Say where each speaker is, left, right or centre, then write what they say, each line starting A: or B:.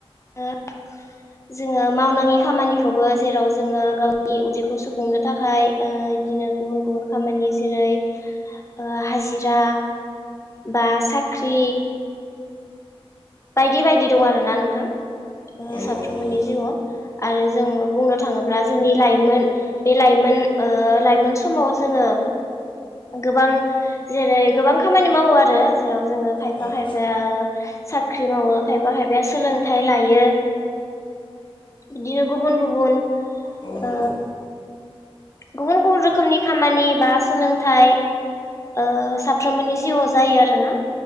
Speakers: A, on the left; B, on the left.
A: ओ जोङो मावनाङि खामानिखौबो जेराव जोङो गावनि उदैखौ सुफुंनो थाखाय ओ इदिनो गुबुन गुबुन खामानि जेरै ओ हाजिरा बा साख्रि बायदि बायदि दं आरो ना नोंथां। ओ
B: औ
A: साफ्रोमबोनि
B: औ नंगौ
A: जिउआव। आरो जों बुंनो थाङोब्ला जोंनि लाइमोन बे लाइमोन ओ लाइमोन समाव जोङो गोबां जेरै गोबां खामानि मावो आरो जेराव जोङो खायफा
B: औ
A: खायफाया सा ख्रि मावो खायफा खायफाया सोलोंथाइ लायो। बिदिनो गुबुन गुबुन
B: औ नंगौ
A: ओ गुबुन गुबुन रोखोमनि खामानि बा सोलोंथाइ ओ साफ्रोमबोनि जिउआव जायो आरोना।